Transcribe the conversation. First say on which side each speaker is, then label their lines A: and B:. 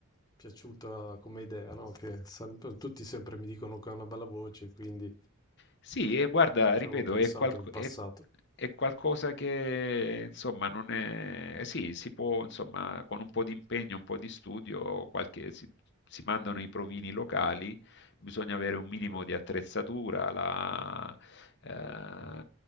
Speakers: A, on the left (about 20°); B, on the left (about 55°).
A: piaciuta come idea, no? Che sempre- tutti sempre mi dicono che ha una bella voce, quindi
B: Sì, e guarda,
A: ci
B: ripeto,
A: avevo pensato
B: è, qual-
A: in passato.
B: è- è qualcosa che insomma non è. eh Sì, si può, insomma, con un po' di impegno, un po' di studio, qualche- si, si mandano i provini locali, bisogna avere un minimo
A: Certo.
B: di attrezzatura, la- eh,
A: Mm.